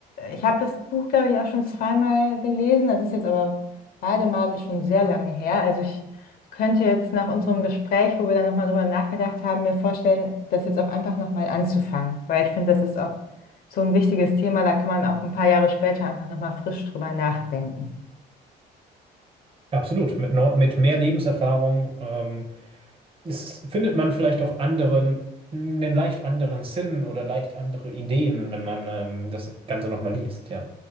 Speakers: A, on the left (about 60°); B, on the right (about 30°).
A: ich habe das Buch, glaube ich, auch schon zweimal gelesen. Das ist jetzt aber beide Male schon sehr lange her. Also ich könnte jetzt nach unserem Gespräch, wo wir dann nochmal drüber nachgedacht haben, mir vorstellen, das jetzt auch einfach nochmal anzufangen, weil ich finde, das ist auch so ein wichtiges Thema, da kann man auch ein paar Jahre später einfach nochmal frisch drüber nachdenken.
B: absolut. Mit, neu- mit mehr Lebenserfahrung ähm, ist, findet man vielleicht auch anderen, einen leicht anderen Sinn oder leicht andere Ideen, wenn man ähm, das Ganze nochmal liest. Ja.